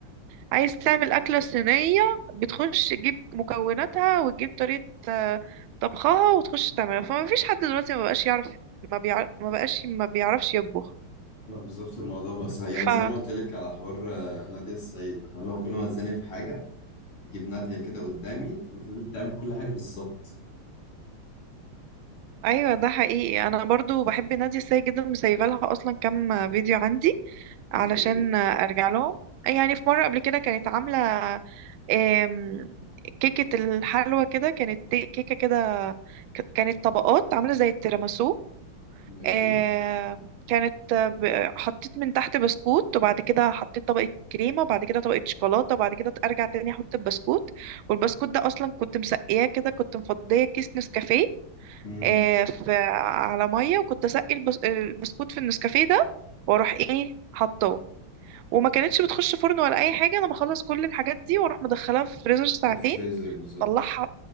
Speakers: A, on the right; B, on the left.
A: عايز تعمل اكله صينيه بتخش تجيب مكوناتها وتجيب طريقه آه، طبخها وتخش تعملها فما فيش حد دلوقتي ما بقاش يعرف ما بيعرف ما بقاش ما بيعرفش يطبخ
B: ما بالظبط الموضوع بس يعني
A: ف
B: زي ما قلت لك على حوار آه، نادية السيد أنا لو كل ما اتزنق في حاجة جيب نادية كده قدامي تقول لي تعمل كل حاجة بالظبط
A: ايوه ده حقيقي انا برضو بحب نادية السيد جدا مسيبه لها اصلا كام فيديو عندي علشان
B: زي ايه
A: ارجع لهم يعني في مرة قبل كده كانت عاملة آم، كيكة الحلوى كده كانت تي- كيكة كده ك- كانت طبقات عاملة زي التيراميسو
B: ماشي
A: آم، كانت ب- حطيت من تحت بسكوت وبعد كده حطيت طبقة كريمة وبعد كده طبقة شوكولاتة وبعد كده أرجع تاني أحط البسكوت والبسكوت ده أصلا كنت مسقياه كده كنت مفضية كيس نسكافيه
B: امم
A: آه، في على مية وكنت أسقي البس- البسكوت في النسكافيه ده وأروح إيه حطه وما كانتش بتخش فرن ولا اي حاجه انا بخلص كل الحاجات دي واروح مدخلها في فريزر ساعتين
B: الفريزر بالظبط
A: طلعها